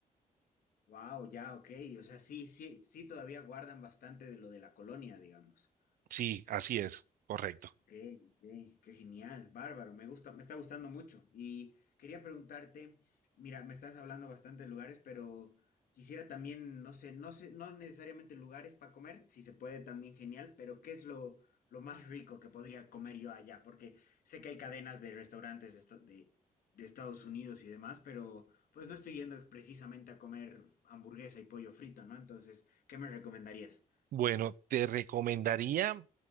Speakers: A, on the left; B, on the right.
A: Wow, ya, ok. O sea, sí, sí, sí, todavía guardan bastante de lo de la colonia, digamos.
B: Sí, así es, correcto.
A: Okay, ok, qué genial, bárbaro, me gusta, me está gustando mucho. Y quería preguntarte, mira, me estás hablando bastante de lugares, pero quisiera también, no sé, no sé, no necesariamente lugares para comer, si se puede también genial, pero ¿qué es lo, lo más rico que podría comer yo allá? Porque sé que hay cadenas de restaurantes de, esta- de- de Estados Unidos y demás, pero pues no estoy yendo precisamente a comer hamburguesa y pollo frito, ¿no? Entonces, ¿qué me recomendarías?
B: Bueno, te recomendaría,